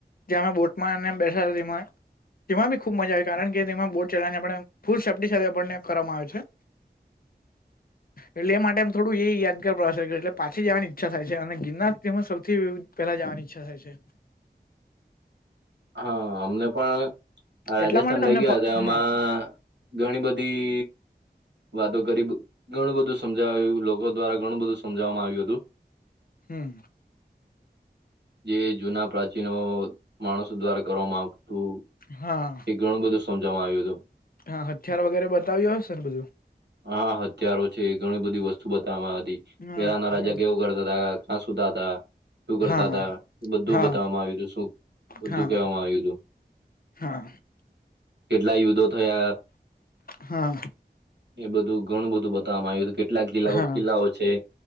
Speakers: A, on the left; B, on the right.
A: જયા અમે બોટમાં નેમ બેથા <unintelligible> તેમાં બી ખુબ મજા આવે કારણ કે તેમાં બોટ ચલાવીને આપણે ફૂલ સેફ્ટી સાથે આપણને કરવામાં આવે છે.
B: <inaudible>
A: એટલે એ માટે એમ થોડું એ યાદ <unintelligible> એટલે પાછી જાવાની ઈચ્છા થાય અને ગિરનારમાં સૌથી પલા જાવાની ઈચ્છ થાય છે.
B: હા અમને પણ આ રાજસ્થાન
A: એટલા માટે
B: લઇ
A: તમને
B: ગયા
A: ફ
B: હતા એમાં
A: હા
B: ઘણી બધી વાતો કરી ઘણું બધું સમજાવ્યું લોકો દ્વારા ઘણું બધું સમજવામાં આવ્યું હતું.
A: હમ.
B: જે જૂના પ્રાચીનો માણ દ્વારા કરવામાં આવતું.
A: હા.
B: એ ઘણું બધું સમજાવામાં આવ્યું હતું.
A: હા હથિયાર વગેરે બતાવ્યું હશે ને બધું
B: હા હત્યારો છે‌, ઘણી બધી વસ્તુ બતાવવામાં આવતી
A: હા
B: પેલાના રાજા
A: હમ
B: કેવું કરતા તા હા સુુંતા તા શું કરતા
A: હા
B: હતા એ બધું
A: હા
B: બતાવવામાં આવ્યું હતું‌ શું બધું
A: હા
B: કહેવામાં આવ્યું તું
A: હા
B: કેટલા યુદ્ધો થયા
A: હા.
B: એ બધું ઘણું બધું બતાવવામાં આવ્યું હતું કેટલાક કિલ્લાઓ
A: હા
B: કિલ્લાઓ છે.